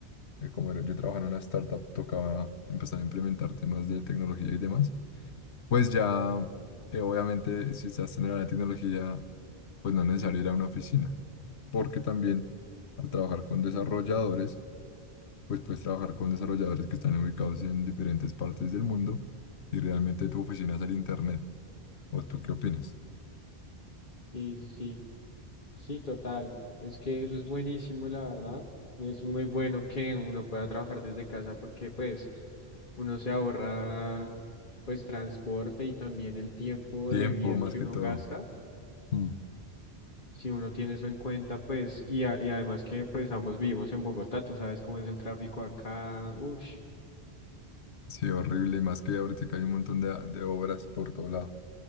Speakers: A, on the left; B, on the left.
A: eh, como era- yo trabajaba en una startup, tocaba empezar a implementar temas de tecnología y demás. Pues ya, eh, obviamente, si estás generando la tecnología, pues no es necesario ir a una oficina, porque también al trabajar con desarrolladores, pues puedes trabajar con desarrolladores que están ubicados en diferentes partes del mundo y realmente tu oficina es el internet. ¿O tú qué opinas?
B: Sí, sí. sí. Sí, total. Es que eso es buenísimo, la verdad. Es muy bueno que uno pueda trabajar desde casa porque pues uno se ahorra pues transporte y también el tiempo
A: Tiempo,
B: de vida
A: más
B: que
A: que
B: uno
A: todo.
B: gasta.
A: Mm.
B: Si uno tiene eso en cuenta, pues y, a- y además que pues ambos vivimos en Bogotá, tú sabes cómo es el tráfico acá. uff
A: Sí, horrible, y más que ahorita hay un montón de, de obras por todo lado.